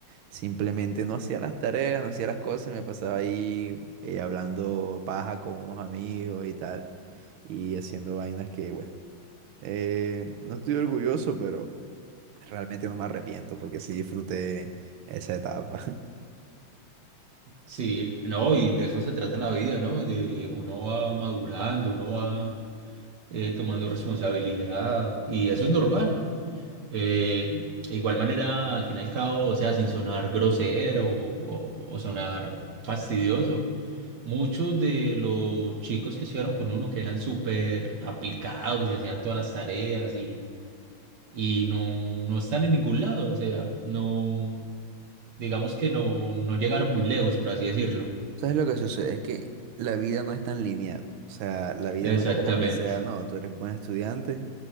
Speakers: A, on the right; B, on the right.
A: Simplemente no hacía las tareas, no hacía las cosas, me pasaba ahí eh, hablando paja con unos amigos y tal, y haciendo vainas que, bueno, eh, no estoy orgulloso, pero realmente no me arrepiento porque sí disfruté esa etapa. <laughs>
B: Sí, no, y de eso se trata la vida, ¿no? De uno va madurando, uno va eh, tomando responsabilidad y eso es normal. Eh, de igual manera, al fin y al cabo, o sea, sin sonar grosero o, o- o sonar fastidioso, muchos de los chicos que estuvieron con uno, que eran súper aplicados y hacían todas las tareas y, y no, no están en ningún lado, o sea, no, digamos que no, no llegaron muy lejos, por así decirlo.
A: ¿Sabes lo que sucede? Es que la vida no es tan lineal. O sea, la vida
B: Exactamente.
A: no es como que sea, no, tú eres buen estudiante